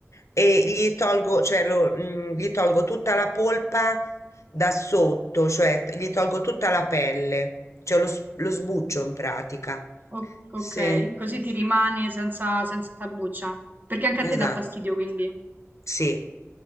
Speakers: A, on the left (about 75°); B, on the right (about 40°).
A: e gli tolgo, cioè lo- mm, gli tolgo tutta la polpa da sotto, cioè t- gli tolgo tutta la pelle, cioè lo, s- lo sbuccio in pratica.
B: O- ok,
A: Sì,
B: così ti rimane senza, senza buccia. Perché anche a
A: esatto,
B: te dà fastidio, quindi.
A: sì.